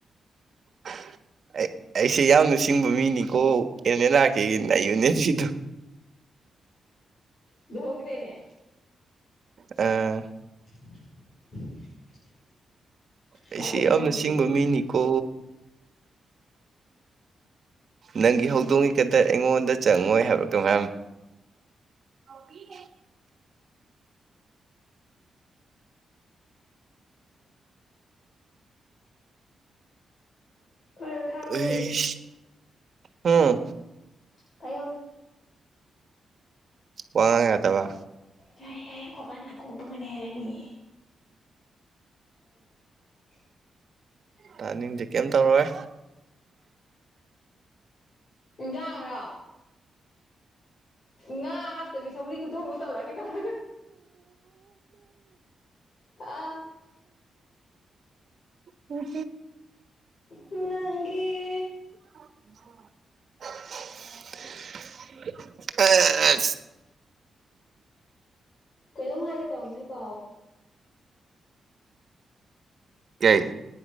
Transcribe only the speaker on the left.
<unintelligible> ꯒ꯭ꯔꯦꯅꯦ
<unintelligible>
ꯄꯥꯝꯃꯨꯏ
ꯃꯥꯏ ꯅꯨꯄꯤꯗꯣ
ꯄꯥꯏꯌꯣ ꯊꯥꯡ ꯂꯧꯔꯨꯒꯦ
ꯑꯌꯧ
ꯌꯥ ꯌꯥꯏ ꯑꯩꯈꯣꯄ ꯅꯥ ꯀꯣꯡꯕꯪꯒꯅꯤ ꯍꯥꯏꯔꯅꯤꯌꯦ ꯎꯝ
ꯏꯖꯥꯡꯔꯣ ꯉꯥ ꯍꯥꯞꯇꯕꯤ ꯁꯧꯔꯤ ꯈꯨꯊꯣꯡꯗꯣ ꯇꯧꯔꯛꯑꯒꯦ ꯇꯧꯔꯒ ꯑ
ꯅꯪꯦ
ꯀꯩꯅꯣꯝ ꯍꯥꯏꯒꯦ ꯇꯧꯕꯅꯦꯀꯣ